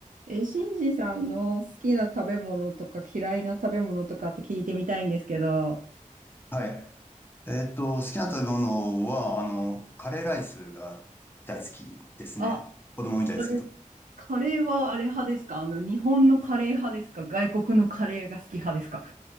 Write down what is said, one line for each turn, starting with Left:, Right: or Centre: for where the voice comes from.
Right: え、シンジさんの好きな食べ物とか嫌いな食べ物とかって聞いてみたいんですけど。
Left: はい。えっと、好きな食べ物は、あの、カレーライスが大好きですね。
Right: あ、
Left: 子供みたいですけど。
Right: それカレーはあれ派ですかあの、日本のカレー派ですか外国のカレーが好き派ですか